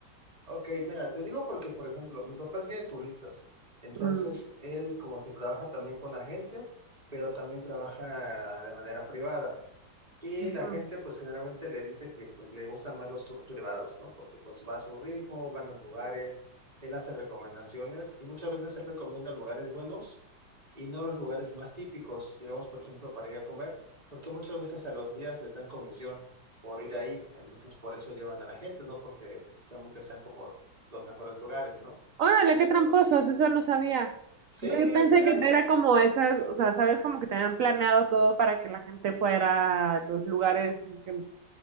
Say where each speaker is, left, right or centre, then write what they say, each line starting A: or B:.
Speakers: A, on the right; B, on the right.
A: Ok, mira, te digo porque, por ejemplo, mi papá es guía de turistas, entonces
B: Mm.
A: él como que trabaja también con agencia, pero también trabaja de manera privada. Y
B: Ujú.
A: la gente pues generalmente le dice que pues le gustan más los tours privados, ¿no? Porque pues va a su ritmo, va a los lugares, él hace recomendaciones y muchas veces él recomienda lugares buenos y no los lugares más típicos, digamos, por ejemplo, para ir a comer, porque muchas veces a los guías les dan comisión por ir ahí. Entonces, por eso llevan a la gente, ¿no? Porque precisamente sean como los mejores lugares, ¿no?
B: Órale,
A: Pero
B: qué tramposos, eso no sabía.
A: sí,
B: O sea, yo pensé
A: de
B: que
A: ahí-
B: era como esas, o sea, sabes, como que tenían planeado todo para que la gente fuera a los lugares que,